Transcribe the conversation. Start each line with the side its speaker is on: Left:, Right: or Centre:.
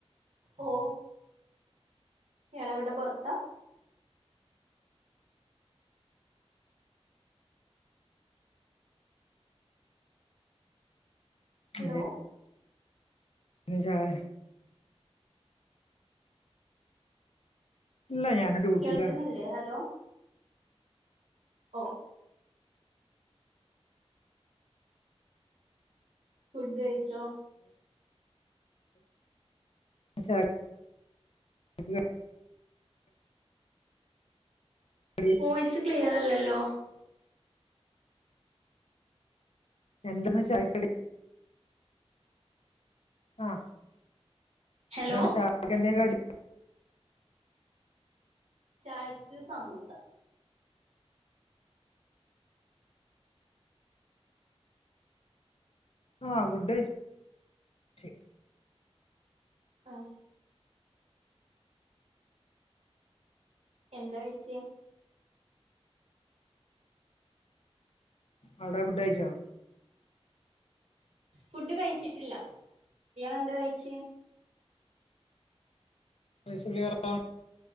Right: ഓ ഇയാളെവിടെ പൊറത്താ ഹലോ
Left: എന്തേനു ചായ ഇല്ല ഞാന് ഡ്യൂട്ടിലാണ്
Right: കേൾക്കുന്നില്ലേ ഹലോ ഓ ഫുഡ് കഴിച്ചോ
Left: ചായ ക്ക് കടി
Right: വോയിസ് ക്ലിയർ അല്ലല്ലോ
Left: എന്തെന്ന ചായക്കടി ആ
Right: ഹലോ
Left: എന്താണ് ചായക്ക് എന്തേ കടി
Right: ചായക്ക് സമൂസ
Left: ആഹ് ഫുഡയ് ച്ച്
Right: ആ എന്താ കഴിച്ചേ
Left: അവിടെ ഫുഡ് കഴിച്ചോ?
Right: ഫുഡ് കഴിച്ചിട്ടില്ല ഇയാള് എന്ത് കഴിച്ച്?
Left: പെഷ്യല് <unintelligible>